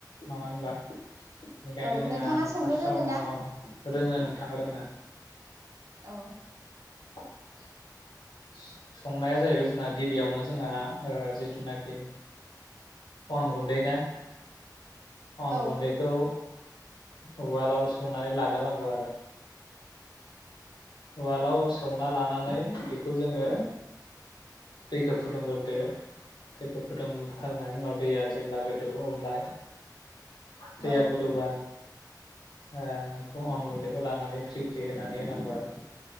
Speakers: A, on the left; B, on the right.
A: नङा होनबा? बेनिखायनो
B: औ
A: जोंहा
B: नोंथाङा
A: आं
B: संनो
A: फार्स्ट <unintelligible>
B: रोङो ना
A: रोङो नोंथाङा रोङो।
B: औ।
A: <inaudible> संनाया जाहैबाय जोंना गिबियावनो जोंहा ओ जिथुनाखि अन गुन्दै ना अन
B: औ
A: गुन्दैखौ उवालाव सौनानै लाग्रोनांगौ आरो उवालाव सौना लानानै बेखौ जोङो दैखौ फुदुंग्रोदो दैखौ फुदुंग्रोनायनि उनाव दैया जेब्ला गोदौओ अब्ला दैैया
B: औ
A: गोदौबा ओ अन गुन्दैखौ लानानै फ्रि फ्रि होनानै होनांगौ आरो